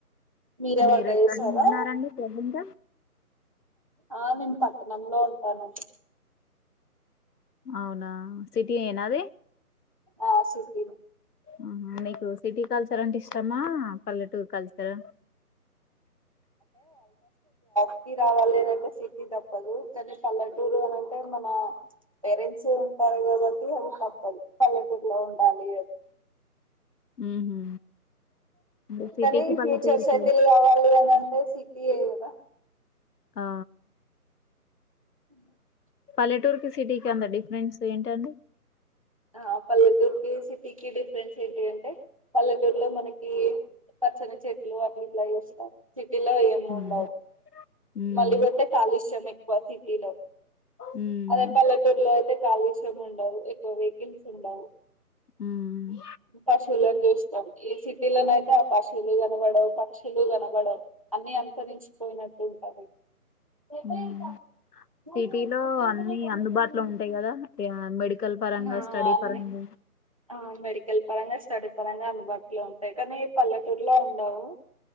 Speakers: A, on the right; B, on the left.
A: మీరే
B: మీరెక్కడ
A: వంట చేసారా
B: ఉంటున్నారండి ప్రెసెంటు.
A: ఆ నేను పట్నంలో ఉంటానండి.
B: అవునా సిటీి ఏనా అది.
A: ఆ సిటిల్
B: ఆ మీకు సిటీ కల్సార అంటే ఇష్టమా పల్లెటూరు కల్సారా
A: సిటీ రావాలి అనంటే సిటీ తప్పదు కానీ పల్లెటూరు అనింటే మన పేరెంట్స్ సరే కదటి అది తప్పదు పల్లెటూర్ లో ఉండాలి అది
B: <inaudible> ఉహు అంటే సిటీకి
A: కానీ
B: పల్లెటూరుకి
A: ఫ్యూచర్స్ సెటిల్ కావాలి అని అంటే సిటీఎకదా
B: ఆ
A: <inaudible>
B: పల్లెటూర్కి సిటీకిి అంతా డిఫరెన్స్ ఏంటండి
A: ఆ పల్లెటూరుకి సిటీకి డిఫరెన్స్ ఏంటి అంటే పల్లెటూరులో మనకి పచ్చని చెట్లు అట్లా ఇట్లా చేస్తమ్ సి సిటీలో ఏమి
B: ఉమ్,
A: ఉండవు,
B: ఉమ్,
A: మళ్ళీపోతే కాలుష్యం ఎక్కువ సిటీలో
B: ఉమ్,
A: అదే పల్లెటూరులో అయితే కాలుష్యమ్ ఉండవు ఎక్కువ వెహికల్స్ ఉండవు
B: ఉమ్,
A: పశువులాని జెస్తమ్ ఏ సి సిటీ ల అయితే ఆపశువులు కనబడవ్ పక్షిలు లు కనబడం అన్ని అంతరించిపోయినట్టు ఉంటది ఎప్రల్
B: ఉమ్.
A: టాస్క్ మూడు
B: సిటీలో అన్ని
A: తొమ్భ
B: అందుబాటులో
A: తొమ్ది ను
B: ఉంటాయి కదా యా, మెడికల్ పరంగా
A: ఆ
B: స్టడీ
A: అండి
B: పరంగా
A: ఆ మెడికల్ పరంగా స్టడీ పరంగా అందుబాటులో ఉంటాయి కానీ పల్లెటూరులో ఉండవు